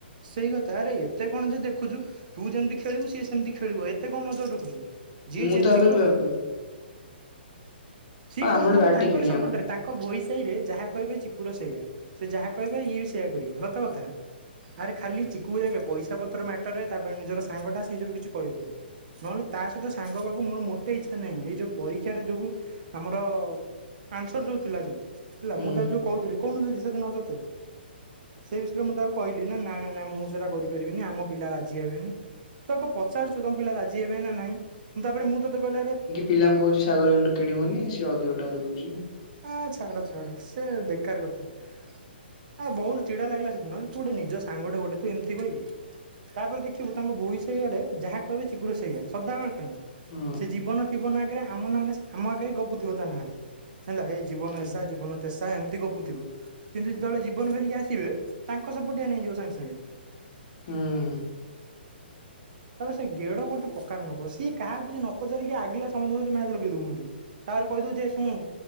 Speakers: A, on the right (about 50°); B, on the left (about 35°).
A: ସେଇ କଥା ଆରେ ଏତେ କଣ ଯେ ଦେଖୁଛୁ ତୁ ଯେମିତି ଖେଳିବୁ ସିଏ ସେମିତି ଖେଳିବ ଏତେ କଣ ନଜର ରଖୁଛୁ। ଯିଏ
B: ମୁଁ
A: ଯେମିତି
B: ତାପରେ
A: ଖେଳୁ
B: ହଁ
A: ସିଏ
B: ଆମର
A: ଖାଲେ
B: ଗୋଟେ
A: କହୁ
B: ବ୍ୟାଟ
A: ତାଙ୍କରି
B: ଟେ କିଣିବା
A: ସପୋର୍ଟରେ
B: ମ
A: ତାଙ୍କ ଭୋଇ ସାହି ରେ ଯାହା କହିବେ ଚିକୁର ସେଇୟା ସେ ଯାହା କହିବେ ଇଏ ବି ସେଇୟା କରିବ ସତ କଥା। ଆରେ ଖାଲି ଚିକୁ ଦେଖେ ପଇସା ପତ୍ର ମ୍ୟାଟର ତାପରେ ନିଜର ସାଙ୍ଗ ଟା ସେଇ ଯୋଗୁରୁ କିଛି କହିହେଉନି। ନହେଲେ ତା ସହିତ ସାଙ୍ଗ ହେବାକୁ ମୋର ମୋଟେ ଇଛା ନାଇଁ ଏଇ ଯୋଉ ପରୀକ୍ଷାରେ ଯୋଉ ଆମର ଆନ୍ସର ଯୋଉ ଥିଲା ଯୋଉ ହେଲା
B: ହୁଁ
A: ମୁଁ ତା ଯୋଉ କହୁଥିଲି କହୁନଥିଲି କି ସେଦିନ ତୋତେ। ସେଇ ବିଷୟରେ ମୁଁ ତାକୁ କହିଲି ନା ନାଇଁ ନାଇଁ ନାଇଁ ମୁଁ ସେଇଟା କରିପାରିବିନି ଆମ ପିଲା ରାଜି ହେବେନି। ତୁ ତାକୁ ପଚାରୁଛୁ ତ ତମ ପିଲା ରାଜି ହେବେ ନା ନାହିଁ ମୁଁ ତାପରେ ମୁଁ ତୋତେ କହିଲ ଆରେ
B: ପିଲାଙ୍କୁ କହୁଛି ଶାଗର ଏଇଟୁ କିଣିବନି ସିଏ ଅଧିକ ଟଙ୍କାରେ ଦଉଛି।
A: ହଁ ଛାଡ ଛାଡ ସେ ବେକାର କଥା। ଆ ବହୁତ ଚିଡ଼ା ଲାଗିଲା ସେଦିନ ତୁ ଗୋଟେ ନିଜ ସାଙ୍ଗଟେ ଗୋଟେତୁ ତୁ ଗୋଟେ ଏମତି କହିବୁ। ତାପରେ ଦେଖିବୁ ତାଙ୍କ ବୋଇ ସେଇଆଡେ ଯାହା କହିବେ ଚିଗୁର ସେଇଆ ସଦାବେଳ ପାଇଁ
B: ହଁ
A: ସେ ଜୀବନ। ଥିବ ନାଁ କେରେ ଆମ ନାଁରେ ଆମ ଆଗରେ ଗବୁ ଥିବ ତା ନାଁରେ। ହେଲା ଏ ଜୀବନ
B: ହୁଁ ହୁଁ
A: ଏସା ଜୀବନ ତେସା ଏମିତି ଗପୁଥିବୁ। କିନ୍ତୁ
B: ହୁଁ
A: ଯେତେବେଳେ ଜୀବନ ଫେରିକ ଆସିବେ ତାଙ୍କ ସପୋଟିୟା ନେଇଯିବ ସାଙ୍ଗେ ସାଙ୍ଗେ।
B: ହୁଁ।
A: ତାପରେ ସେ ଗେଡ ଗୋଟେ ପକାର ନୋକ। ସିଏ କାହାକୁ କିଛି ନ ପଚାରିକି ଆଗିଲା ସମସ୍ତଙ୍କସଇତ ମ୍ୟାଚ୍ ଲଗେଇ ଦଉନକି। ତାର କହିଦେଉ ଜେ ଶୁଣୁ